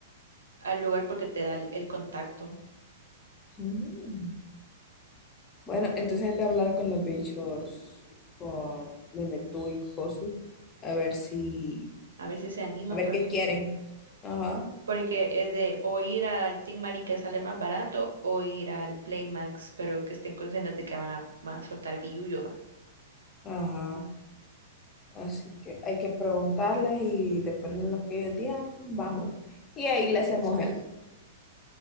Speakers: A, on the right; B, on the left.
A: al lugar porque te da el, el contacto.
B: Mm. Bueno, entonces hay que hablar con los bichos, con Memetú y Josu, a ver si,
A: A ver si se animan,
B: a ver
A: porque,
B: qué quieren. Ajá,
A: porque es de o ir al Team Marín que sale más barato o ir al Playmax, pero que estén conscientes de que van a, van a soltar billullo,
B: ajá. Así que hay que preguntarles y depende de lo que ellos digan, vamos. Y ahí le hacemos el,